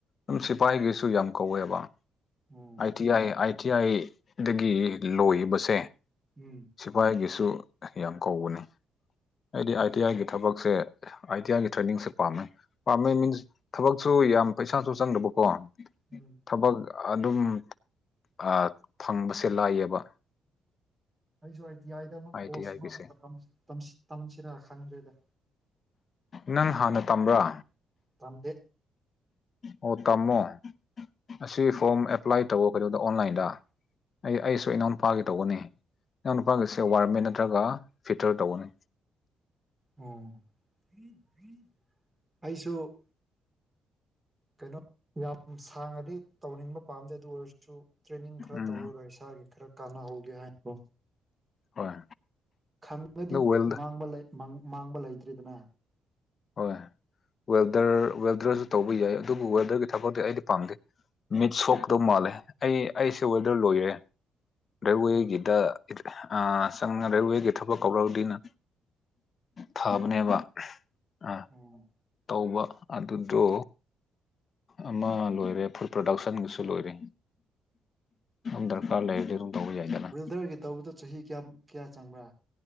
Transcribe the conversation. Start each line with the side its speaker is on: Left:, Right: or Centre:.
Left: ꯑꯝ ꯁꯤꯄꯥꯏꯒꯤꯁꯨ ꯌꯥꯝ ꯀꯧꯋꯦꯕ꯫
Right: ꯑꯝ
Left: ꯑꯥꯏ ꯇꯤ ꯌꯥꯏ ꯑꯥꯏ ꯇꯤ ꯌꯥꯏ ꯗꯒꯤ ꯂꯣꯏꯕꯁꯦ
Right: ꯑꯝ
Left: ꯁꯤꯄꯥꯏꯒꯤꯁꯨ ꯌꯥꯝ ꯀꯧꯕꯅꯦ ꯑꯩꯗꯤ
Right: ꯎꯝ
Left: ꯑꯥꯏ ꯇꯤ ꯌꯥꯏꯒꯤ ꯊꯕꯛꯁꯦ ꯑꯥꯏ ꯇꯤ ꯌꯥꯏꯒꯤ ꯇ꯭ꯔꯦꯟꯅꯤꯡꯁꯦ ꯄꯥꯝꯃꯦ꯫ ꯄꯥꯝꯃꯦ ꯃꯤꯟꯁ ꯊꯕꯛꯁꯨ ꯌꯥꯝ ꯄꯩꯁꯥꯖꯨ ꯆꯪꯗꯕꯀꯣ
Right: ꯎꯝ
Left: ꯊꯕꯛ ꯑꯗꯨꯝ ꯑꯥ ꯐꯪꯕꯁꯦ ꯂꯥꯏꯌꯦꯕ꯫
Right: ꯑꯩꯁꯨ ꯑꯥꯏ ꯇꯤ ꯌꯥꯏꯗ ꯑꯃꯨꯛ
Left: ꯑꯥꯏ
Right: ꯀꯣꯔꯁ
Left: ꯇꯤ ꯑꯥꯏꯒꯤꯁꯦ
Right: ꯑꯃ ꯑꯃꯨꯛꯀ ꯇꯝꯁ ꯇꯝꯁꯤ ꯇꯝꯁꯤꯔ ꯈꯪꯗ꯭ꯔꯦꯗ꯫
Left: ꯅꯪ ꯍꯥꯟꯅ ꯇꯝꯕ꯭ꯔꯥ?
Right: ꯇꯝꯗꯦ꯫
Left: ꯑꯣ ꯇꯝꯃꯣ ꯑꯁꯤ ꯐꯣꯔꯝ ꯑꯦꯄ꯭ꯂꯥꯏ ꯇꯧꯌꯣ ꯀꯩꯗꯧꯗ ꯑꯣꯟꯂꯥꯏꯟꯗ꯫ ꯑꯩ ꯑꯩꯁꯨ ꯏꯅꯥꯎꯅꯨꯄꯥꯒꯤ ꯇꯧꯒꯅꯤ ꯏꯅꯥꯎꯅꯨꯄꯥꯒꯤꯁꯦ ꯋꯥꯔꯃꯦꯟ ꯅꯠꯇ꯭ꯔꯒ ꯐꯤꯠꯇꯔ ꯇꯧꯒꯅꯤ꯫
Right: <unintelligible> ꯑꯩꯁꯨ ꯀꯩꯅꯣ ꯌꯥꯝ ꯁꯥꯡꯅꯗꯤ ꯇꯧꯅꯤꯡꯕ ꯄꯥꯝꯗꯦ ꯑꯗꯨꯑꯣꯏꯔꯁꯨ ꯇ꯭ꯔꯦꯅꯤꯡ ꯈ꯭ꯔ
Left: ꯎꯝ
Right: ꯇꯧꯔꯒ ꯏꯁꯥꯒꯤ ꯈꯔ ꯀꯅꯥꯍꯧꯒꯦ ꯍꯥꯏ <unintelligible>
Left: ꯍꯣꯏ
Right: ꯈꯪꯉꯗꯤ
Left: ꯑꯗꯨ ꯋꯦꯜ
Right: ꯃꯥꯡꯕ ꯂꯩ ꯃꯥꯡ-ꯃꯥꯡꯕ ꯂꯩꯇ꯭ꯔꯦꯗꯅ꯫
Left: ꯍꯣꯏ ꯋꯦꯜꯗꯔ ꯋꯦꯜꯗ꯭ꯔꯖꯨ ꯇꯧꯕ ꯌꯥꯏ ꯑꯗꯨꯕꯨ ꯋꯦꯗꯔꯒꯤ ꯊꯕꯛꯇꯤ ꯑꯩꯗꯤ ꯄꯥꯝꯗꯦ꯫ ꯃꯤꯠ ꯁꯣꯛꯀꯗꯧ ꯃꯥꯜꯂꯦ ꯑꯩ-ꯑꯩꯁꯨ ꯋꯦꯜꯗꯔ ꯂꯣꯏꯔꯦ ꯔꯦꯜꯋꯦꯒꯤꯗ
Right: ꯎꯝ
Left: ꯑ ꯆꯪꯉ ꯔꯦꯜꯋꯦꯒꯤ ꯊꯕꯛ ꯀꯧꯔꯛꯔꯗꯤꯅ ꯊꯕꯅꯦꯕ꯫ ꯑ
Right: ꯎꯝ
Left: ꯀꯧꯕ ꯑꯗꯨꯗꯣ ꯑꯃ ꯂꯣꯏꯔꯦ ꯐꯨꯗ ꯄ꯭ꯔꯗꯥꯛꯁꯟꯒꯤꯁꯨ ꯂꯣꯏꯔꯦ꯫ ꯅꯪ ꯗꯔꯀꯥꯔ ꯂꯩꯔꯗꯤ ꯑꯗꯨꯝ ꯇꯧꯕ ꯌꯥꯏꯗꯅ꯫
Right: ꯋꯤꯜꯗꯔꯒꯤ ꯇꯧꯕꯗꯣ ꯆꯍꯤ ꯀꯌꯥꯝ ꯀꯌꯥ ꯆꯪꯕ꯭ꯔꯥ